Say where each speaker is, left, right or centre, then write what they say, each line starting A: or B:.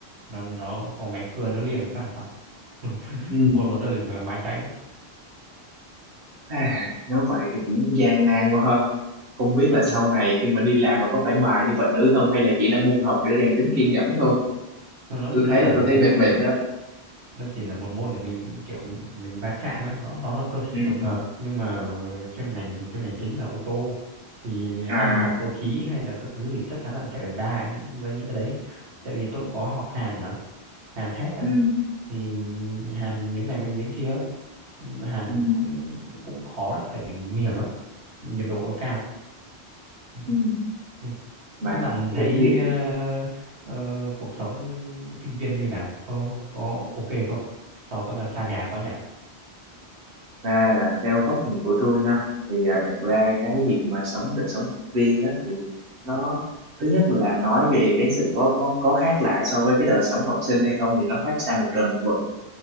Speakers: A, on the right; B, on the right.
A: nó nó có máy cưa nó liềm phát là xong <laughs>
B: ừ.
A: còn bọn tôi thì phải mài tay
B: à nếu vậy thì cũng gian nan quá ha không biết là sau
A: Ừ.
B: này khi mà đi làm là có phải mài như vậy nữa không hay là chỉ là môn học để rèn tính kiên nhẫn thôi
A: nó
B: tôi
A: nó
B: thấy
A: chỉ
B: là
A: là
B: tôi
A: một
B: thấy
A: môn
B: mệt mệt
A: để
B: đó
A: nó chỉ là một môn để mình kiểu mình mình va chạm ấy nó nó là cơ
B: ừ.
A: khí tổng hợp nhưng mà chuyên ngành thì chuyên ngành chính là ô tô thì
B: à
A: ai mà học cơ khí hay là các thứ thì chắc chắn là sẽ phải va những- với những cái đấy tại vì tôi cũng có học hàn mà hàn thép ấy
B: ừ.
A: thì hàn miếng này với miếng kia hàn
B: Ừ.
A: cũng cũng khó đấy tại vì nguy hiểm lắm nhiệt độ nó cao Ừ,
B: Ừ.
A: ừ.
B: mà
A: Thế bạn
B: cái
A: thấy
B: việc
A: ờ, ờ, cuộc sống sinh viên như nào? Có có ok không? So cấp ba xa nhà quá nhỉ?
B: ra là theo góc nhìn của tôi ha thì à, thật ra cái việc mà sống đời sống sinh viên đó thì nó thứ nhất là nói về cái sự có có có khác lạ so với cái đời sống học sinh hay không thì nó khác xa một trời một vực